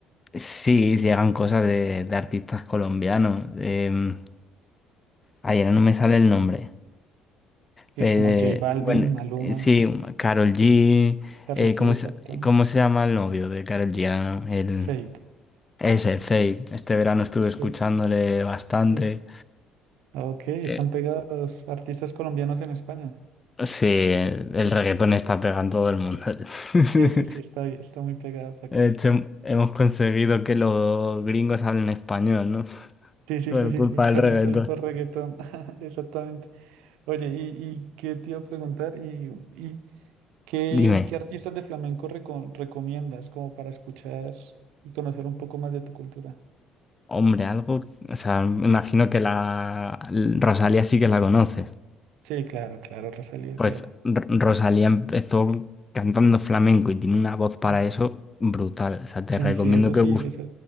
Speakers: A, on the left; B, on the right.
A: sí, llegan cosas de, de artistas colombianos. em, Ayer no me sale el nombre.
B: Que
A: Pero,
B: como J Balvin,
A: bueno,
B: Maluma,
A: eh, sí, Karol G.
B: Karol
A: eh,
B: G,
A: ¿cómo
B: exacto,
A: se, cómo se llama el novio de Karol G? Ah, no, El,
B: Feid.
A: ese, Fade. Este verano estuve escuchándole
B: eh,
A: bastante.
B: sí. Ok, están
A: Eh,
B: pegados los artistas colombianos en España.
A: sí, el, el reggaetón está pegando todo el mundo. <laughs>
B: Sí, sí, sí, está, está muy pegado para
A: De
B: que
A: hecho, hemos conseguido que los gringos hablen español, ¿no? <laughs>
B: Sí, sí,
A: Por
B: sí, sí,
A: culpa
B: sí, sal-
A: del reggaetón.
B: salsa reggaetón, <laughs> exactamente. Oye, ¿y, y qué te iba a preguntar? ¿Y, y qué,
A: Dime,
B: qué artistas de flamenco reco- recomiendas como para escuchar y conocer un poco más de tu cultura?
A: hombre, algo. O sea, me imagino que la Rosalía sí que la conoces.
B: Sí, claro, claro, Rosalía,
A: Pues
B: claro.
A: R- Rosalía empezó cantando flamenco y tiene una voz para
B: Mm.
A: eso brutal. O sea, te
B: Sí,
A: recomiendo
B: sí, eso
A: que
B: sí,
A: busques
B: eso,